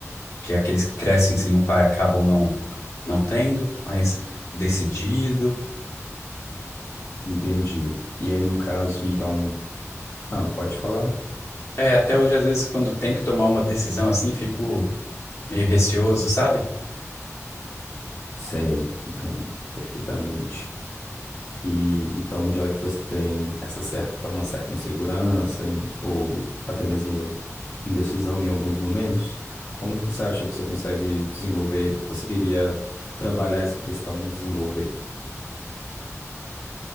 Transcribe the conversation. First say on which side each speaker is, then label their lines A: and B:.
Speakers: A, on the left; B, on the left.
A: que é aqueles que crescem sem o pai acabam não, não tendo, mas decidido.
B: Entendi. E aí, no caso,
A: E
B: então, ah, pode falar?
A: é, até hoje, às vezes, quando tem que tomar uma decisão assim, fico meio receoso, sabe?
B: Sei, entendo perfeitamente. E então, já que você tem essa certa, uma certa insegurança em- ou até mesmo indecisão em alguns momentos, como que você acha que você consegue desenvolver, conseguiria trabalhar essa questão e desenvolver?